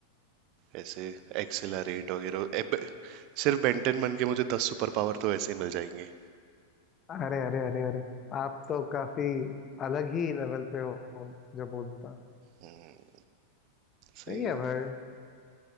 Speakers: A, on the right; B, on the left.
A: ऐसे एक्सेलरेट वगैरह ए, बे- सिर्फ बेंटन बन के मुझे दस सुपर पावर तो ऐसे ही मिल जाएंगे
B: अरे अरे अरे अरे आप तो काफी अलग ही लेवल पे हो जो बोलता
A: हम्म। सही
B: सही
A: है
B: है
A: वो
B: भाई